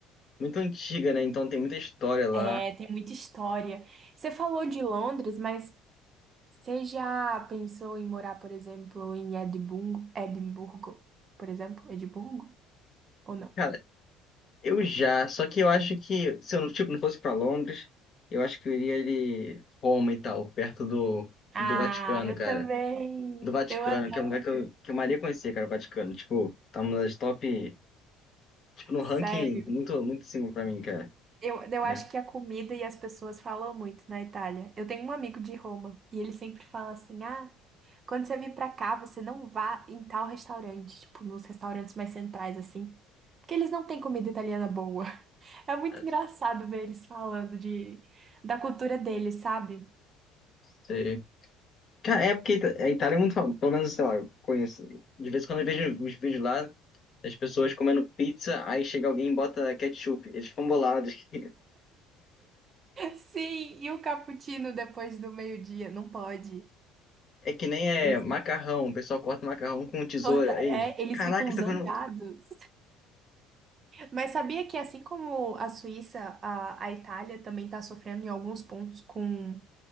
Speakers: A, on the left; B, on the right.
A: muito antiga, né? Então tem muita história lá.
B: É, tem muita história. Você falou de Londres, mas. Você já pensou em morar, por exemplo, em Edimburgo, Edimburgo, por exemplo, Edimburgo? Ou não?
A: Cara, Eu já, só que eu acho que se eu não, tipo, não fosse pra Londres, eu acho que eu iria ele Roma e tal, perto do,
B: Ah,
A: do Vaticano,
B: eu
A: cara.
B: também.
A: Do Vaticano,
B: Eu adoro.
A: que é um lugar que eu, que eu maria conhecer, cara, o Vaticano. Tipo, tá uma das top, tipo, no
B: Sério.
A: ranking muito, muito em cima pra mim, cara.
B: Eu, eu acho
A: É,
B: que a comida e as pessoas falam muito na Itália. Eu tenho um amigo de Roma e ele sempre fala assim: ah, quando você vir pra cá, você não vá em tal restaurante, tipo, nos restaurantes mais centrais, assim. Porque eles não têm comida italiana boa. <laughs> É muito
A: mas,
B: engraçado ver eles falando de, da cultura deles, sabe?
A: sei. Cara, é porque Ita- a Itália é muito famosa, pelo menos, sei lá, eu conheço. De vez em quando eu vejo os vídeos lá das pessoas comendo pizza, aí chega alguém e bota ketchup. Eles ficam bolados.
B: Sim, e o cappuccino depois do meio-dia? Não pode.
A: É que nem é
B: Eles
A: macarrão,
B: ficam,
A: o pessoal corta macarrão com tesoura.
B: corta- é,
A: Aí, eles,
B: eles
A: caraca,
B: ficam
A: isso
B: zangados.
A: tá comendo.
B: Mas sabia que assim como a Suíça, a, a Itália também está sofrendo em alguns pontos com